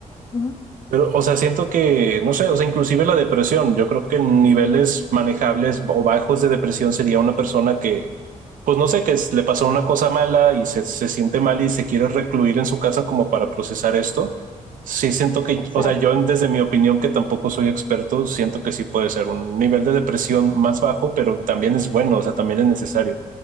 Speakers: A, on the left (about 35°); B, on the right (about 80°).
A: uh -huh.
B: pero, o sea, siento que, no sé, o sea, inclusive la depresión, yo creo que en niveles manejables o bajos de depresión sería una persona que, pues no sé, que es- le pasó una cosa mala y se, se siente mal y se quiere recluir en su casa como para procesar esto. Sí siento que,
A: Exacto,
B: o sea, yo en- desde mi opinión, que tampoco soy experto, siento que sí puede ser un nivel de depresión más bajo, pero también es bueno, o sea, también es necesario.